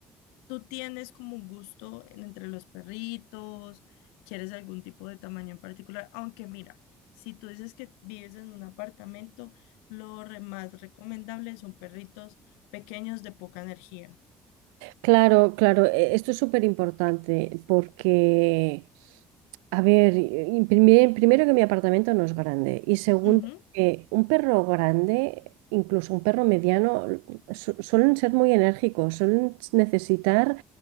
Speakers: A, on the left; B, on the right.
A: ¿Tú tienes como un gusto en- entre los perritos? ¿Quieres algún tipo de tamaño en particular? Aunque mira, si tú dices que vives en un apartamento, lo re- más recomendable son perritos pequeños de poca energía.
B: Claro, claro, e- esto es súper importante porque, a ver, y- y primero, que mi apartamento no es grande y segundo
A: Ujú,
B: que un perro grande, incluso un perro mediano, su- suelen ser muy enérgicos, suelen necesitar